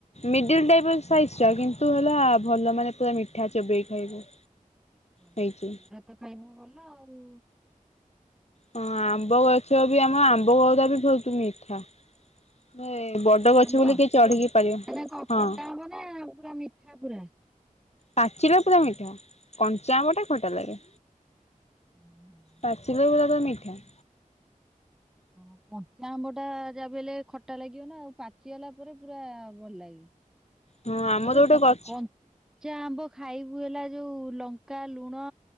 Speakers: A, on the left; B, in the centre.
A: ମିଡଲ ଟାଇପ ର ସାଇଜ ଟା କିନ୍ତୁ ହେଲା ଭଲ ମାନେ ପୁରା ମିଠା ଚୋବେଇ ଖାଇବ।
B: ହ <unintelligible>
A: ହେଇଛି
B: ଭାତ ଖାଇବୁ ଗଲା ଆଉ।
A: ହଁ ଆମ୍ବ ଗଛ ବି ଆମ ଆମ୍ବ ଗଉଦା ବି ବହୁତ ମିଠା। ହେ-ଏ-ଏ ବଡ ଗଛ
B: ଆମ୍ବ,
A: ବୋଲି କେହି ଚଢିକି ପାରିବ
B: ମାନେ କ
A: ହଁ
B: ଖଟା ଆମ୍ବ ନା ପୁରା ମିଠା ପୁରା।
A: ପାଚିଲେ ପୁରା ମିଠା, କଞ୍ଚା ଆମ୍ବଟା ଖଟା ଲାଗେ।
B: ହୁଁ ହଁ
A: ପାଚିଲେ <unintelligible> ମିଠା।
B: ହଁ କଞ୍ଚା ଆମ୍ବ ଟା ଯାହାବି ହେଲେ ଖଟା ଲାଗିବ ନା ପାଚିଗଲା ପରେ ପୁରା ଭଲ ଲାଗେ।
A: ହଁ ଆମର
B: ତାପରେ
A: ଗୋଟେ
B: କ
A: ଗଛ
B: କଞ୍ଚା ଆମ୍ବ ଖାଇବୁ ହେଲା ଯୋଉ ଲଙ୍କା, ଲୁଣ